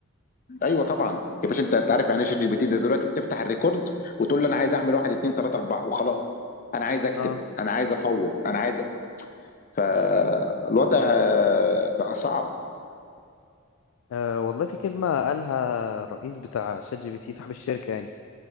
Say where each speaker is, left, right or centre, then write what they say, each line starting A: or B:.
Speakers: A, on the left; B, on the left.
A: ايوه طبعا يا باشا انت أنت عارف يعني ايه شات جي بي تي انت دلوقتي بتفتح الريكورد وتقول له انا عايز اعمل واحد اتنين تلاته اربعه وخلاص انا عايز اكتب
B: اه
A: انا عايز اصور انا عايز فالوضع بقى صعب
B: آه، والله في كلمة قالها الرئيس بتاع شات جي بي تي صاحب الشركة يعني